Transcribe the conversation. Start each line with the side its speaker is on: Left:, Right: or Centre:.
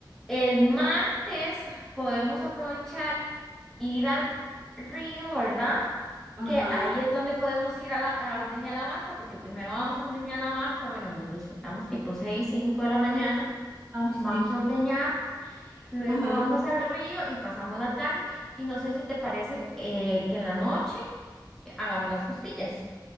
Centre: El martes podemos aprovechar ir al río, ¿verdad?
Right: ajá,
Centre: Que ahí es donde podemos ir a, la- a ordeñar la vaca, porque primero vamos a ordeñar la vaca, bueno, nos despertamos tipo 6 5 de la mañana,
Right: ay,
Centre: vamos
Right: sí,
Centre: a ordeñar, luego
Right: ajá,
Centre: vamos al río y pasamos la tarde, y no sé si te parece eh, que en la noche hagamos las costillas.